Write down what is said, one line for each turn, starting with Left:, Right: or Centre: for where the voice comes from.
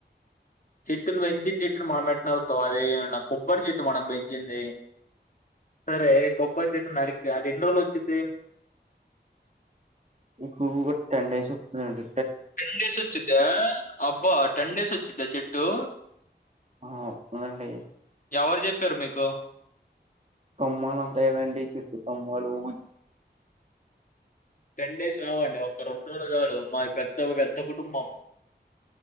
Left: చెట్టును పెంచిన చెట్టుని మనం ఎట్టానరుకుతాం, అది ఎమన్నా కొబ్బరి చెట్టు మనం పెంచింది. సరే కొబ్బరి చెట్టును నరికా అది ఎన్ని రోజులు వచ్చిద్ది.
Right: ఇప్పుడు ఒటెన్ డేస్ వస్తదండి.
Left: టెన్ డేస్ వచ్చిద్దా అబ్బా టెన్ డేస్ వచ్చిద్దా చెట్టు.
Right: ఆ వస్తుంది అండి.
Left: ఎవ్వరు చెప్పారు మీకు?
Right: కొమ్మలు ఉంటాయి కదండి చెట్టు కొమ్మలు.
Left: టెన్ డేస్ రావండి ఒక రెండు రోజులు చాలు మా పెద్ద పెద్ద కుటుంబం.